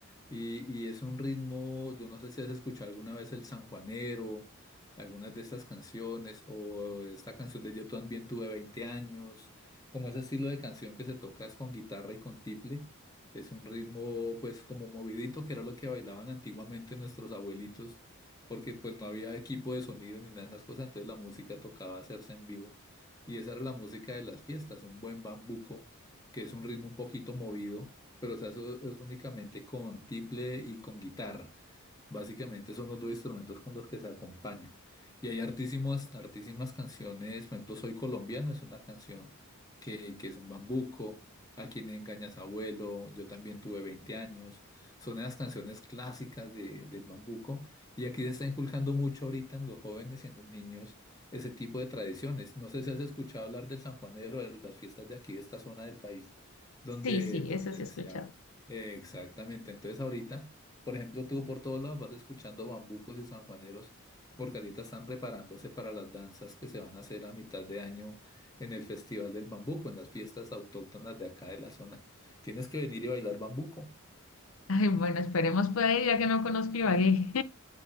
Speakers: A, on the left (about 15°); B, on the left (about 65°).
A: Y, y es un ritmo, yo no sé si has escuchado alguna vez el sanjuanero, algunas de estas canciones, o esta canción de Yo también tuve 20 años, como ese estilo de canción que se toca es con guitarra y con tiple. Es un ritmo pues como movidito, que era lo que bailaban antiguamente nuestros abuelitos, porque pues no había equipo de sonido ni nada de esas cosas, entonces la música tocaba hacerse en vivo. Y esa era la música de las fiestas, un buen bambuco, que es un ritmo un poquito movido pero se hace es únicamente con tiple y con guitarra. Básicamente son los dos instrumentos con los que se acompañan. Y hay hartísimas, hartísimas canciones, por ejemplo, Soy colombiano es una canción que, que es un bambuco, A quien engañas abuelo, yo también tuve 20 años. Son las canciones clásicas de- del bambuco. Y aquí se está inculcando mucho ahorita en los jóvenes y en los niños ese tipo de tradiciones. No sé si has escuchado hablar del San Juanero, de las fiestas de aquí, de esta zona del país, donde,
B: Sí, sí,
A: donde
B: eso sí he escuchado.
A: se habla. Exactamente. Entonces ahorita... Por ejemplo, tú por todos lados vas escuchando bambucos y sanjuaneros porque ahorita están preparándose para las danzas que se van a hacer a mitad de año en el Festival del Bambuco, en las fiestas autóctonas de acá de la zona. Tienes que venir y bailar bambuco.
B: Ay, bueno, esperemos pueda ir ya que no conozco Ibagué.